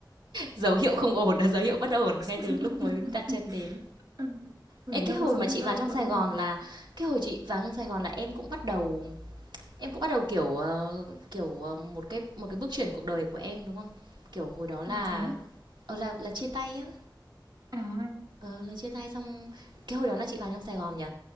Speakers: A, on the right; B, on the right.
A: dấu hiệu không ổn là dấu hiệu bất ổn
B: <laughs>
A: ngay từ lúc mới đặt chân đến
B: Ừ. Người
A: Ê, cái
B: đâu
A: hồi
B: có sống
A: mà
B: được
A: chị
B: lâu
A: vào trong
B: cuối
A: Sài
B: cùng
A: Gòn là cái hồi chị vào trong Sài Gòn là em cũng bắt đầu em cũng bắt đầu kiểu ờ, kiểu ờ, một cái một cái bước chuyển cuộc đời của em đúng không? Kiểu hồi đó
B: Ờ,
A: là
B: thế
A: ờ, là là chia tay á,
B: à
A: ờ, là chia tay xong cái hồi đó là chị vào trong Sài Gòn nhỉ?